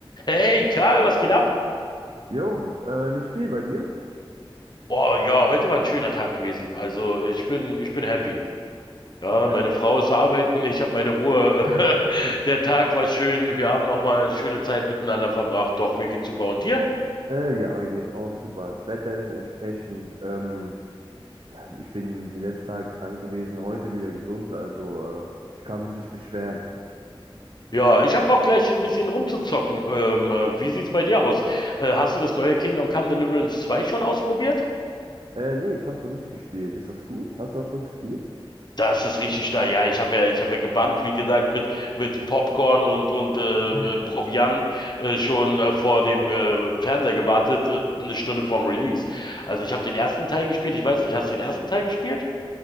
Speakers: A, on the left; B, on the right.
A: Hey Karl, was geht ab?
B: Jo, äh, nicht viel bei dir?
A: Oh ja, heute war ein schöner Tag gewesen. Also ich bin, ich bin happy. Ja,
B: Ja.
A: meine Frau ist arbeiten, ich habe meine Ruhe.
B: <laughs>
A: <laughs> Der Tag war schön, wir haben nochmal schöne Zeit miteinander verbracht. Doch, mir geht's super. Und dir?
B: Äh, ja, mir geht's auch super. Das Wetter ist entsprechend. Ähm, ja, ich bin die letzten Tage krank gewesen, heute wieder gesund, also äh, ich kann mich nicht beschweren.
A: Ja, ich hab Bock gleich ein bisschen rumzuzocken. Ähm, äh, wie sieht's bei dir aus? Äh, hast du das neue Kingdom Come Deliverance 2 schon ausprobiert?
B: Äh, nee, ich hab's noch nicht gespielt. Ist das gut? Hast du das schon gespielt?
A: Das ist richtig steil. Ja, ich habe ja, ich habe ja gebannt, wie gesagt, mit mit Popcorn und und äh,
B: <laughs>
A: äh, Proviant äh, schon äh, vor dem äh, Fernseher gewartet, äh, eine Stunde vorm Release. Also ich habe den ersten Teil gespielt. Ich weiß nicht, hast du den ersten Teil gespielt?